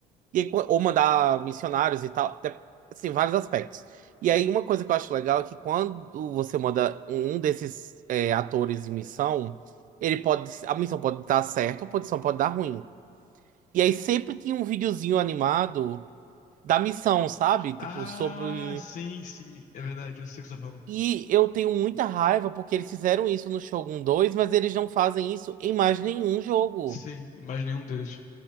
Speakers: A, on the right; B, on the left.
A: E aí, co- ou mandar missionários e tal, de- assim, vários aspectos. E aí, uma coisa que eu acho legal é que quando você manda um um desses é, atores em missão, ele pode, a missão pode dar certo, ou a missão pode dar ruim. E aí, sempre tinha um videozinho animado da missão, sabe? Tipo,
B: Ah,
A: sobre.
B: sim, sim, é verdade, eu sei o que você tá falando.
A: E eu tenho muita raiva porque eles fizeram isso no Shogun dois mas eles não fazem isso em mais nenhum jogo.
B: Sim, mas nenhum deles.